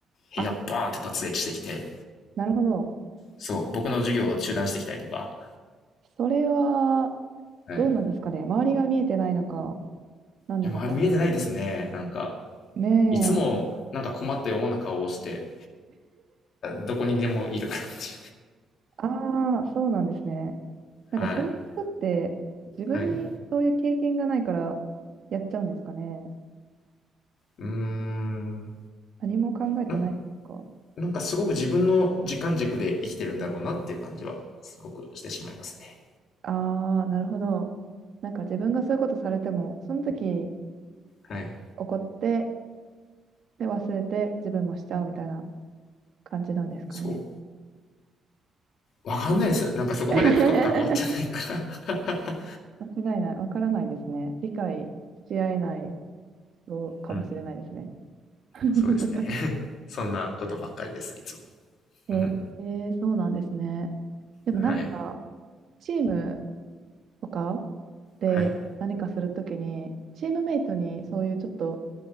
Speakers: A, on the left; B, on the right.
A: 部屋バーンって突撃してきて、
B: あ、なるほど。
A: そう、僕の授業を中断してきたりとか。
B: それは
A: はい。
B: どうなんですかね。
A: い
B: 周りが見えてないのか、何なのか。
A: や、周り見えてないですね。なんか、
B: ね
A: いつも、
B: え。
A: なんか困ったような顔をして、どこにでもいる感じ。
B: ああ、そうなんですね。なんかその人って自分にそういう経験がないからやっちゃうんですかね。
A: <laughs> はい。はい。うーん。
B: 何も考えてないんですか。
A: な、なんかすごく自分の時間軸で生きてるんだろうなっていう感じは、すごくしてしまいますね。
B: ああ、なるほど。なんか自分がそういうことされても、その時
A: はい。
B: 怒って、で、忘れて自分もしちゃうみたいな感じなんですかね。
A: そう。わかんないです。なんかそこまで深く関わってないから
B: <laughs> 間違いない。わからないですね。理解し合えない人かもしれないですね。
A: <laughs> うん。
B: <laughs>
A: そうですね。<laughs> そんなことばっかりです、いつも。
B: えーえーそうなんですね。
A: うん。
B: でもなんか、
A: はい。
B: チームとかで何かするときに、
A: はい。
B: チームメイトにそういうちょっと、